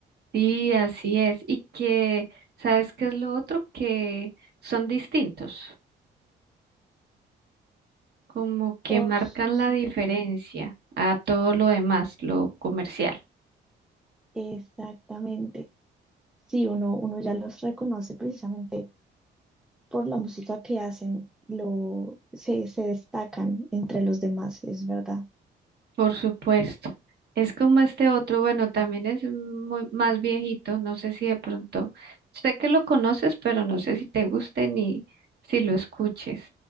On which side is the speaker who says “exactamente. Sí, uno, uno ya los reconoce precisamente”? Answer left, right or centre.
Centre